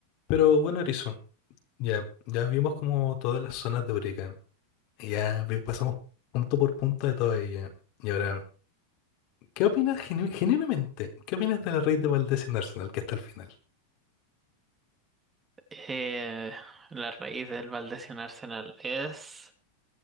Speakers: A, on the left (about 55°); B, on the right (about 20°).
A: Pero bueno, Erizo, ya, ya vimos como todas las zonas de Eureka. Ya vi- pasamos punto por punto de todas ellas. Y ahora, ¿qué opinas genu- genuinamente? ¿Qué opinas de la raid de Valdés en Arsenal que está al final?
B: Eh, la raíz del Valdez y Arsenal es...